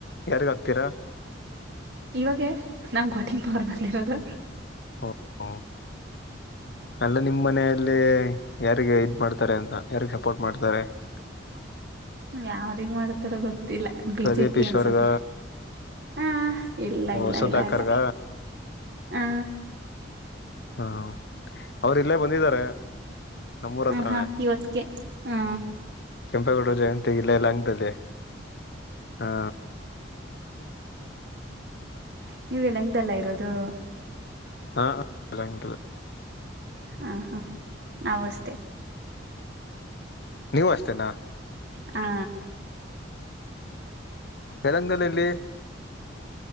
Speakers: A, on the left; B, on the right.
A: ಯಾರಿಗ್ ಆಕ್ತೀರಾ
B: ಇವಾಗೆ ನಮ್ ಕೋಟಿಂಗ್ ಪವರ್ ಬಂದಿರೋದು
A: ಹ್ಮ ಅಲ್ಲ ನಿಮ್ಮ್ ಮನೆಯಲ್ಲಿ ಯಾರಿಗೆ ಇದ್ ಮಾಡ್ತಾರೆ ಅಂತ ಯಾರಗ್ ಸಪೋರ್ಟ್ ಮಾಡ್ತಾರೆ ಹ
B: ಯ್ರಗ್ ಮಾಡ್ತಾರ ಗೊತ್ತಿಲ್ಲ ಬಿಜೆ
A: ಪ್ರದೀಪ್
B: ಪಿ
A: ಈಶ್ವರ್ಗ
B: ಅನ್ಸತ್ತೆ ಹಾ ಇಲ್ಲ
A: ವಸುಧಾಕರ್ಗ
B: ಇಲ್ಲ ಇಲ್ಲ ಇಲ್ಲ ಹಾ
A: ಹಾ ಅವರು ಇಲ್ಲೇ ಬಂದಿದ್ದಾರೆ ನಮ್ಮೂರ
B: ಹ
A: ಹತ್ರಾನೇ
B: ಹಾ ಇವತ್ತಕ್ಕೆ ಹಾ
A: ಕೆಂಪೇಗೌಡ ಜಯಂತಿ ಇಲ್ಲಲ್ಲಂಗದಲ್ಲಿ ಹಾ
B: ನೀವು ಯಲಹಂಕದಲ್ಲ ಇರೋದು
A: ಹಾ ಯಲಹಂಕದಲ್ಲಿ
B: ಹಾ ಹಾ ನಾವು ಅಷ್ಟೇ
A: ನೀವು ಅಷ್ಟೇನಾ
B: ಹಾ
A: ಎಲ್ಲಂಗಲ್ಲಿಲ್ಲಿ